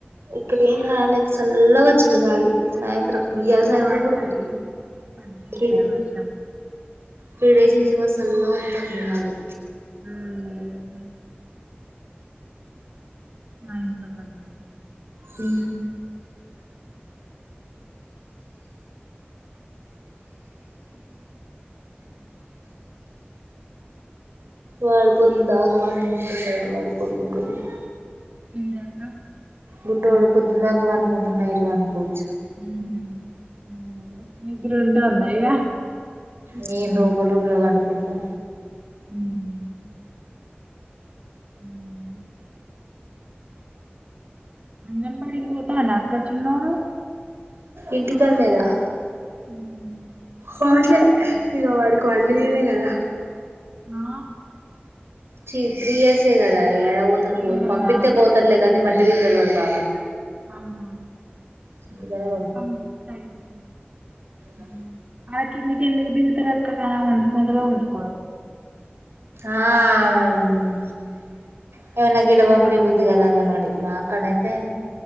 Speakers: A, on the right (about 80°); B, on the right (about 35°).
A: ఇక్కడ ఏం రాలేదు చల్లగోచ్చింది గాలి సాయంత్రం ఇయ్యాల
B: ఇక్కడ
A: సాయంత్రం
B: బడ్డాది
A: కూడా
B: పడ్డదిక్కడ
A: త్రీ డేస్
B: వర్షం
A: త్రీ డేస్ నించి మసల్ల వత్తాంది గాలి
B: <inaudible> నంత మండే
A: ఉ
B: అ
A: వాడు పొద్దున్ దాగ పనుడుకుంటున్నడు వాడు <unintelligible>
B: ఈదక్క
A: బుడ్డోడు పొద్దున దాకా పనుకుంటున్నా ఈడు పన్కోడు
B: ఊహు ఊ నిద్రుంటాందా ఇగ
A: నేను లోపల రూమ్ లో బండుకుంటా
B: హ్మ్ హ్మ్ అంగన్ బడికి పోతాండా అక్క చిన్నోడు
A: ఇంటికాడలేదా
B: హ్మ్
A: కోట్లే ఇగ వాడికి వళ్ళివీదె కదా
B: నా
A: చి త్రీ ఇయర్స్ ఎ గదా యాడబోతండు
B: త్రీనేనా
A: బో పంపితే పోతల్లే కానీ మల్ తిలిండరు వాళ్ బాగా
B: <unintelligible>
A: అందుకనే
B: పంపిస్తే అయిపోవు
A: అ
B: అ కిందెందుకు దిగుతరక్క కనామంచుగుంటదో ఉండద్
A: ఆ ఉ పో నాకిడ
B: ఉంచుకోరు
A: పంపి బుద్ధి గాదు అంగన్వడి వాకడైతే